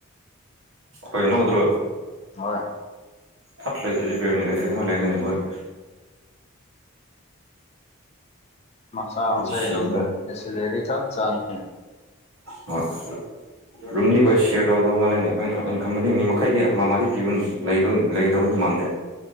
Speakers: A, on the right (about 70°); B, on the left (about 30°).
A: ꯑꯈꯣꯏ ꯑꯅꯧꯕꯗꯨꯔꯣ
B: ꯍꯣꯏ
A: ꯐꯠ ꯂꯩꯇ꯭ꯔꯗꯤ ꯕꯦꯔꯣꯅꯤ ꯂꯩꯇ꯭ꯔꯗꯤ ꯀꯃꯥꯏ ꯂꯩꯒꯅꯤ ꯑꯩꯈꯣꯏ
B: ꯃꯆꯥ ꯃꯆꯥꯏꯔꯨꯝꯗ
A: ꯁꯤꯅꯤꯗ
B: ꯑꯦꯁꯤ ꯂꯩꯔꯗꯤ ꯆꯞ ꯆꯥꯅꯤ
A: ꯍꯣꯏ ꯔꯨꯝꯗꯤ ꯑꯩꯈꯣꯏ ꯁꯤꯌ꯭ꯔ ꯇꯧꯒꯗꯧ ꯃꯥꯜꯂꯦꯅꯦ ꯑꯩꯈꯣꯏ ꯈꯟ ꯑꯩꯅ ꯈꯟꯕꯗꯤ ꯃꯤ ꯃꯈꯩꯗꯤ ꯑꯃ ꯃꯗꯤ ꯄꯤꯕꯝ ꯂꯩꯗꯧ ꯂꯩꯒꯗꯧꯗꯤ ꯃꯥꯟꯗꯦ